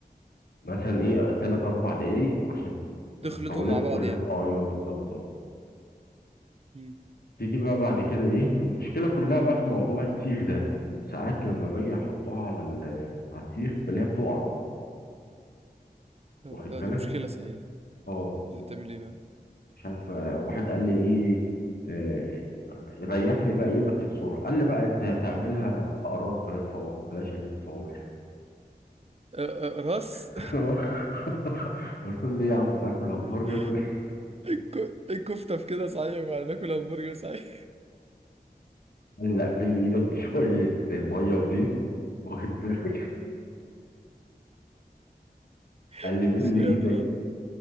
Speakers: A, on the left; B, on the right.
A: مثلا ايه تلات اربع دقايق عشان
B: تخلطوا
A: المكونات
B: مع
A: دي
B: بعض
A: كلها
B: يعني
A: اه ايوه بالظبط اه
B: مم.
A: تيجي بقى بعد كده ايه المشكله كلها بقى في موضوع السيخ ده ساعات لما باجي احطها على ال- على السيخ بلاقيها بتقع
B: طب
A: واخد
B: آه،
A: بالك
B: دي مشكلة صحيح
A: اه
B: طب تعمل إيه بقى
A: مش عارف آه، واحد قال لي ايه آه، ريحني بقى ايه بس بسرعه قال لي بقى انت هتعملها اقراص بلاش صوابع بلاش اللي هي الصوابع
B: آه، آه، راس
A: <laughs> قلت له ليه يا عم انا اكل همبرجر
B: <laughs>
A: <laughs> ولا إيه؟
B: الك- الكفتة في كده صحيح بقى ناكل همبرجر صحيح
A: قال لي لا بل ايدك بشويه ميه وزيت واخد بالك <laughs>
B: <laughs>
A: قال لي بل
B: مش قادر
A: ايدك
B: أنا.